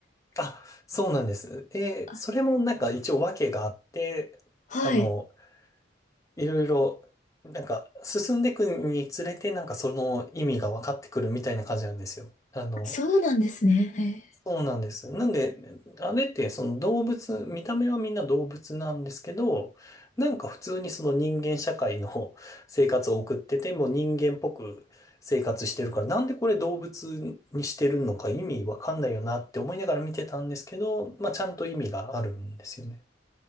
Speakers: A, on the left; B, on the left.
A: あ、そうなんです。で、
B: あ
A: それもなんか一応訳があって、
B: はい。
A: あの、いろいろ、なんか進んでいくにつれて、なんかその意味が分かってくるみたいな感じなんですよ。あの、
B: そうなんですね。へえ
A: そうなんです。なんで、あれってその動物、見た目はみんな動物なんですけど、なんか普通にその人間社会の <laughs> 生活を送ってて、もう人間っぽく生活してるから、なんでこれ動物にしてるのか意味わかんないよなって思いながら見てたんですけど、まあちゃんと意味があるんですよね。